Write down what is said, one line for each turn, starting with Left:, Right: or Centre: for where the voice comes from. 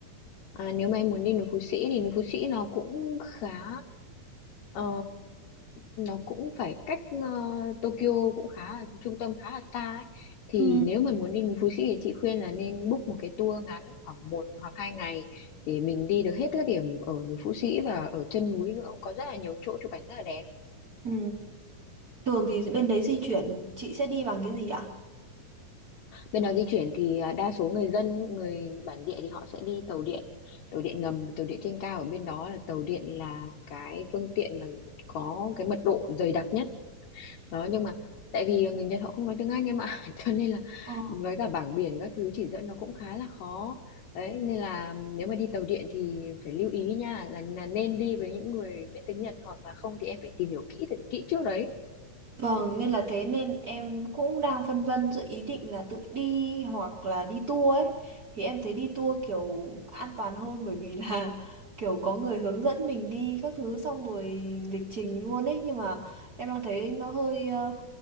Left: À, nếu mà em muốn đi núi Phú Sĩ thì núi Phú Sĩ nó cũng khá ờ, nó cũng phải cách ờ, Tokyo cũng khá là trung tâm khá là xa ấy. Thì
Right: Ừ.
Left: nếu mà muốn đi núi Phú Sĩ thì chị khuyên là nên book một cái tour ngắn khoảng một hoặc hai ngày để mình đi được hết các điểm ở núi Phú Sĩ và ở chân núi nữa cũng có rất là nhiều chỗ chụp ảnh rất là đẹp
Right: Ừ. Thường thì bên đấy di chuyển chị sẽ đi bằng cái gì ạ?
Left: Bên đó di chuyển thì à, đa số người dân, người bản địa thì họ sẽ đi tàu điện, tàu điện ngầm, và tàu điện trên cao. Ở bên đó là tàu điện là cái phương tiện mà có cái mật độ dày đặc nhất. Đó, nhưng mà tại vì à, người Nhật họ không nói tiếng Anh em ạ, <laughs> cho nên là
Right: Ờ.
Left: với cả bảng biển các thứ chỉ dẫn nó cũng khá là khó. Đấy, nên là nếu mà đi tàu điện thì phải lưu ý nha, là, là nên đi với những người biết tiếng Nhật hoặc là không thì em phải tìm hiểu kỹ thật kỹ trước đấy.
Right: Vâng, nên là thế nên em cũng đang phân vân giữa ý định là tự đi hoặc là đi tour ấy. Thì em thấy đi tour kiểu an toàn hơn bởi vì là <laughs> kiểu có người hướng dẫn mình đi các thứ xong rồi lịch trình luôn ấy. Nhưng mà em đang thấy nó hơi ờ,